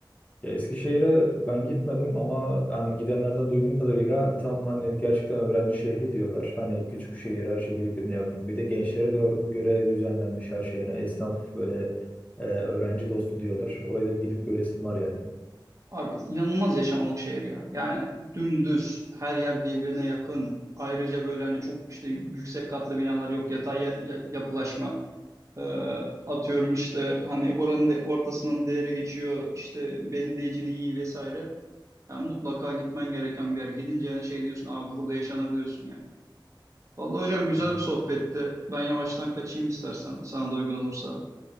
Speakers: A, on the left; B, on the right.
A: Ya Eskişehir'e ben gitmedim ama hani gidenlerden duyduğum kadarıyla tam hani gerçekten öğrenci şehri diyorlar. Hani küçük şehir her şey birbirine yakın. Bir de gençlere de or- göre düzenlenmiş her şey. Yani esnaf böyle e, öğrenci dostu diyorlar. Oraya da bir gidip göresim var yani.
B: Abi inanılmaz yaşamalık şehir ya. Yani dümdüz her yer birbirine yakın. Ayrıca böyle hani çok işte yüksek katlı binalar yok. Yatay ya- ya- yapılaşma. Ee, atıyorum işte hani oranın da ortasından değeri geçiyor. İşte belediyeciliği iyi vesaire. Yani mutlaka gitmen gereken bir yer. Gidince yani şey diyorsun abi burada yaşanır diyorsun yani. Vallahi hocam güzel
A: Tamam.
B: bir sohbetti. Ben yavaştan kaçayım istersen sana da uygun olursa.